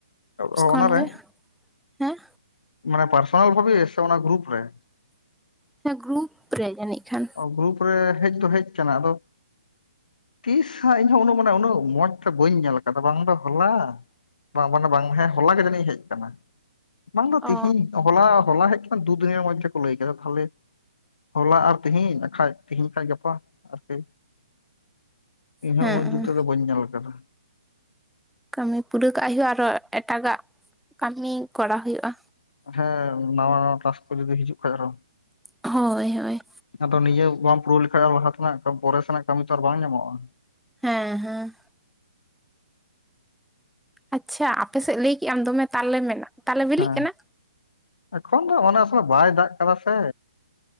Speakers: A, in the centre; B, on the left.
A: ᱮᱯᱥ
B: ᱚ
A: ᱠᱷᱚᱱ
B: ᱚᱱᱟᱨᱮ
A: ᱜᱮ ᱦᱮᱸ᱾
B: ᱢᱟᱱᱮ ᱯᱟᱨᱥᱚᱱᱟᱞ ᱵᱷᱟᱵᱮ ᱥᱮ ᱚᱱᱟ ᱜᱨᱩᱯ ᱨᱮ?
A: ᱦᱮᱸ ᱜᱨᱩᱯ ᱨᱮ ᱡᱟᱹᱱᱤᱡ ᱠᱷᱟᱱ᱾
B: ᱚ ᱜᱨᱩᱯ ᱨᱮ ᱦᱮᱡ ᱫᱚ ᱦᱮᱡ ᱠᱟᱱᱟ ᱟᱫᱚ ᱛᱤᱥ ᱦᱟᱜ ᱤᱧ ᱦᱚ ᱩᱱᱟᱹᱜ ᱢᱟᱱᱮ ᱩᱱᱟᱹᱜ ᱢᱚᱸᱡᱽᱛᱮ ᱵᱟᱹᱧ ᱧᱮᱞ ᱠᱟᱫᱟ ᱵᱟᱝ ᱫᱚ ᱦᱚᱞᱟ᱾ ᱵᱟᱝ ᱢᱟᱱᱮ ᱵᱟᱝ ᱦᱮᱸ ᱦᱚᱞᱟ ᱜᱮ ᱡᱟᱹᱱᱤᱡ ᱦᱮᱡ ᱠᱟᱱᱟ᱾ ᱵᱟᱝ ᱫᱚ
A: ᱚ
B: ᱛᱤᱦᱤᱧ ᱦᱚᱞᱟ ᱦᱚᱞᱟ ᱦᱮᱡ ᱟᱠᱟᱱᱟ ᱫᱩ ᱫᱤᱱ ᱢᱚᱫᱫᱷᱮ ᱠᱚ ᱞᱟᱹᱭ ᱠᱮᱫᱟ ᱛᱟᱦᱚᱞᱮ ᱦᱚᱞᱟ ᱟᱨ ᱛᱤᱦᱤᱧ ᱟᱠᱷᱟᱡ ᱛᱤᱦᱤᱧ ᱠᱷᱟᱡ ᱜᱟᱯᱟ ᱟᱨᱠᱤ ᱤᱧᱦᱚᱸ
A: ᱦᱮᱸ
B: ᱩᱱ ᱡᱩᱛ ᱛᱮᱫᱚ ᱫᱚ ᱵᱟᱹᱧ ᱧᱮᱞ ᱠᱟᱫᱟ
A: ᱠᱟᱹᱢᱤ ᱯᱩᱨᱟᱹᱣ ᱠᱟᱜ ᱦᱩᱭᱩᱜᱼᱟ ᱟᱨᱚ ᱮᱴᱟᱜᱟᱜ ᱠᱟᱹᱢᱤ ᱠᱚᱨᱟ ᱦᱩᱭᱩᱜᱼᱟ
B: ᱦᱮᱸ ᱱᱟᱶᱟ ᱱᱟᱣᱟ ᱴᱟᱥ ᱠᱚ ᱦᱤᱡᱩᱜ ᱠᱷᱟᱱ ᱟᱨᱦᱚᱸ
A: ᱦᱳᱭ ᱦᱳᱭ
B: ᱟᱫᱚ ᱱᱤᱭᱟᱹ ᱵᱟᱢ ᱯᱩᱨᱟᱹᱣ ᱞᱮᱠᱷᱟᱡ ᱞᱟᱦᱟ ᱛᱮᱱᱟᱜ ᱯᱚᱨᱮ ᱥᱮᱱᱟᱜ ᱠᱟᱹᱢᱤ ᱛᱚ ᱟᱨ ᱵᱟᱝ ᱧᱟᱢᱚᱜᱼᱟ
A: ᱦᱮᱸ ᱦᱮᱸ ᱟᱪᱪᱷᱟ ᱟᱯᱮᱥᱮᱫ ᱞᱟᱹᱭ ᱠᱮᱜ ᱟᱢ ᱫᱚᱢᱮ ᱛᱟᱞᱮ ᱢᱮᱱᱟᱜ ᱛᱟᱞᱮ ᱵᱤᱞᱤᱜ
B: ᱚ
A: ᱠᱟᱱᱟ?
B: ᱮᱠᱷᱚᱱ ᱫᱚ ᱚᱱᱟ ᱥᱮ ᱵᱟᱭ ᱫᱟᱜ ᱠᱟᱫᱟ ᱥᱮ